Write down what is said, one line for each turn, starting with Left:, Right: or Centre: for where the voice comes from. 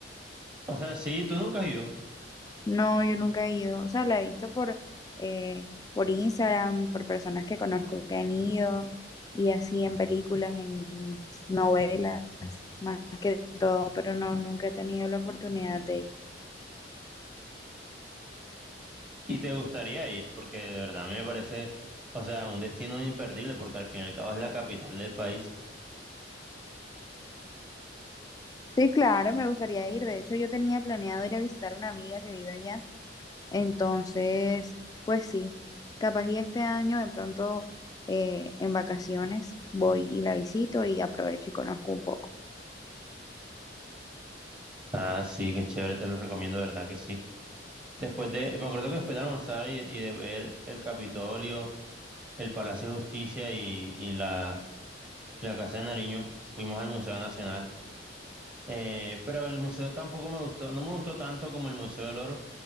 Right: O sea, sí, tú nunca has ido
Left: No, yo nunca he ido. O sea, la he visto por, eh, por Instagram, por personas que conozco que han ido y así en películas, en novelas, más que todo, pero no, nunca he tenido la oportunidad de ir.
Right: y te gustaría ir, porque de verdad a mí me parece, o sea, un destino imperdible, porque al fin y al cabo es la capital del país.
Left: Sí, claro, me gustaría ir. De hecho, yo tenía planeado ir a visitar a una amiga que vive allá. Entonces, pues sí, capaz y este año de pronto eh, en vacaciones voy y la visito y aprovecho y conozco un poco.
Right: Ah, sí, qué chévere, te lo recomiendo, de verdad que sí. Después de, me acuerdo que después de almorzar y, y de ver el Capitolio. el Palacio de Justicia y, y la, la Casa de Nariño. Fuimos al Museo Nacional. Eh, pero el museo tampoco me gustó, no me gustó tanto como el Museo del Oro,